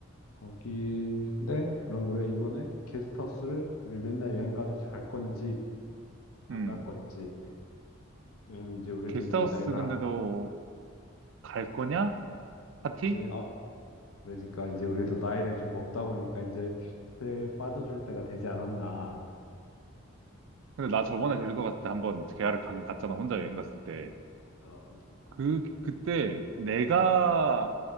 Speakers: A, on the left; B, on the right.
A: 거기인데 그럼 우리 가 이번에 게스트하우스를 우리 맨날 여행 가듯이 갈 건지 안
B: 음.
A: 갈 건지 왜냐면 이제 우리도
B: 게스트하우스
A: 이제 나이가
B: 근데도 갈 거냐?
A: 이제
B: 파티?
A: 아 그러니까 이제 우리도 나이를 좀 먹다 보니까 이제 그때 빠져줄 때가 되지 않았나.
B: 근데 나 저번에 제주도 갔을 때 한번 계야를 가긴 갔잖아. 혼자 여행 갔을 때.
A: 어,
B: 그, 그때 내가